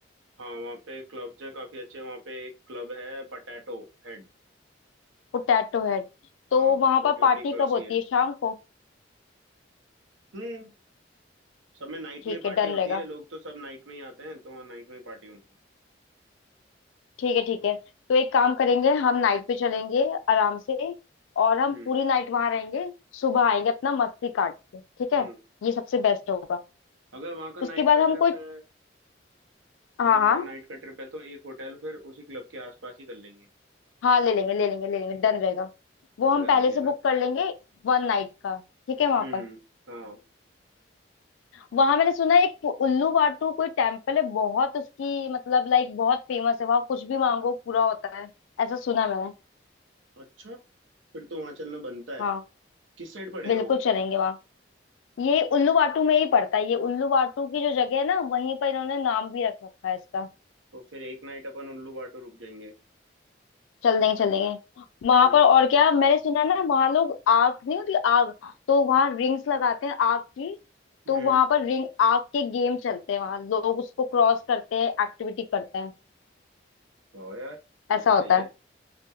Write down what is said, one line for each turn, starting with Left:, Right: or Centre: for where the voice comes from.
Right: हाँ वहाँ पे क्लब्स है काफी अच्छे वहाँ पे एक क्लब है पटैटो हेड,
Left: वो टैटू हेड तो
Right: हाँ
Left: वहां
Right: वो
Left: पर
Right: क्लब
Left: पार्टी
Right: भी क्लास
Left: कब होती
Right: ही है
Left: है शाम को
Right: हम्म सब में नाइट
Left: ठीक
Right: में
Left: है
Right: पार्टी
Left: डन
Right: होती
Left: रहेगा
Right: है लोग तो सब नाइट में ही आते हैं तो वहाँ नाइट में ही पार्टी होंगी
Left: ठीक है ठीक है तो एक काम करेंगे हम नाइट पे चलेंगे आराम से और हम
Right: हम्म
Left: पूरी नाइट वहां रहेंगे सुबह आएंगे अपना मस्ती काट के ठीक है
Right: हम्म
Left: ये सबसे बेस्ट होगा
Right: अगर वहाँ का नाइट
Left: उसके बाद
Right: का
Left: हम
Right: ट्रिप
Left: कोई
Right: है
Left: हाँ
Right: अगर
Left: हाँ
Right: वहाँ का नाइट का ट्रिप है तो एक होटल फिर उसी क्लब के आसपास ही कर लेंगे
Left: हाँ ले लेंगे ले लेंगे ले लेंगे डन रहेगा वो
Right: ऐसा
Left: हम
Right: कर
Left: पहले
Right: लेंगे
Left: से
Right: है ना
Left: बुक कर लेंगे वन नाइट का ठीक है वहां
Right: हम्म
Left: पर
Right: हाँ
Left: वहां मैंने सुना है एक उल्लू वाटू कोई टेम्पल है बहुत उसकी मतलब लाइक बहुत फेमस है वहां कुछ भी मांगो पूरा होता है ऐसा सुना है मैंने
Right: अच्छा फिर तो वहाँ चलना बनता
Left: हाँ
Right: है किस साइड पड़ेगा
Left: बिल्कुल
Right: वो
Left: चलेंगे वहाँ ये उल्लू वाटू में ही पड़ता है ये उल्लू वाटू की जो जगह है ना वहीं पर इन्होंने नाम भी रख रखा है इसका
Right: तो फिर एक नाइट अपन उल्लू बाटो रुक जाएंगे
Left: चल देंगे चल देंगे वहां
Right: हम्म
Left: पर और क्या मैंने सुना है ना वहां लोग आग नहीं होती आग तो वहां रिंग्स लगाते हैं आग की
Right: हम्म
Left: तो वहां पर रिंग आग के गेम चलते हैं वहां लोग उसको क्रॉस करते हैं एक्टिविटी करते हैं
Right: वाह यार
Left: ऐसा
Right: ये तो सही
Left: होता
Right: है
Left: है